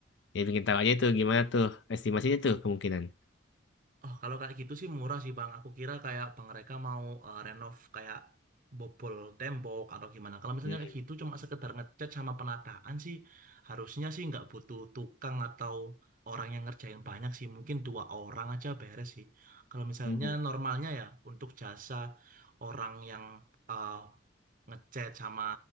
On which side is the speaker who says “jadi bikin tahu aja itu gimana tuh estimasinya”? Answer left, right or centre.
Left